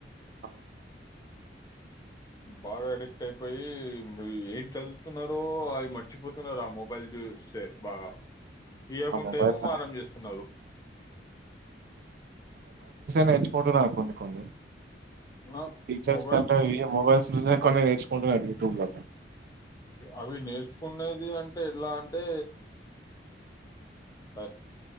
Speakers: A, on the right; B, on the left.
A: ఆ!
B: బాగ అడిక్ట్ అయిపోయి ఏం చదువుతున్నారో అవి మార్చ్ చ్చిపోతున్నారు ఆ మొబైల్ చూస్తే బాగ ఇయకుంటే
A: ఆ మొబైల్‌లో
B: ఏమో మారం చేస్తున్నారు
A: నేర్చుకుంటున్నారు కొన్ని కొన్ని
B: ఆ
A: టిచర్స్
B: మొబైల్
A: కంటే ఇ మొబైల్స్ నేనే కొన్ని నేర్చుకుంటున యూట్బూబ్ ల లో
B: అవి నేర్చుకునేది అంటే ఎలా అంటే అదే